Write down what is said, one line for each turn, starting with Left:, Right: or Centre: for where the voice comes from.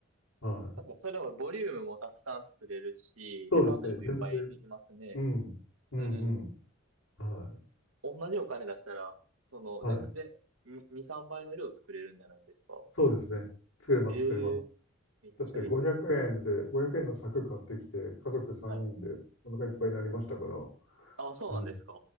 Left: はい。
Right: 確かに、それはボリュームもたくさん作れるし、
Left: そうですね。
Right: レパートリーもいっぱいできますね。
Left: 自分で。うん。うんうん。
Right: うん。
Left: は
Right: 同じお金出したら、その、
Left: い。
Right: 全然、
Left: はい。
Right: 2、2 3倍の量作れるんじゃないですか
Left: そうですね。作れます、
Right: ええ
Left: 作れます。
Right: めっちゃいい。
Left: だって500円で、500円の柵買ってきて、家族3人でお腹いっぱいになりましたから、
Right: はい。あ、そうなんですか
Left: うん。